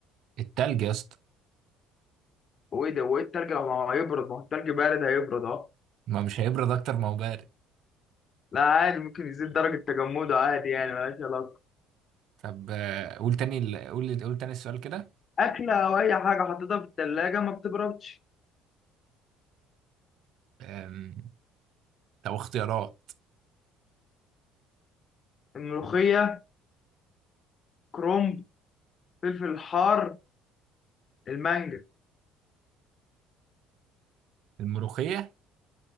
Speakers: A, on the right (about 60°); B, on the left (about 45°).
A: التلج يا اسطى
B: هو ايه ده هو ايه التلج لو ما هيبرد ما هو التلج بارد هيبرد اه
A: ما مش هيبرد أكتر ما هو بارد
B: لا عادي ممكن يزيد درجه تجمده عادي يعني ملهاش علاقه
A: طب آه، قول تاني ال- قول قول تاني السؤال كده
B: اكله او اي حاجه حطيتها في الثلاجه ما بتبردش
A: أم، طب اختيارات
B: الملوخيه كرومب فلفل حار المانجا
A: الملوخية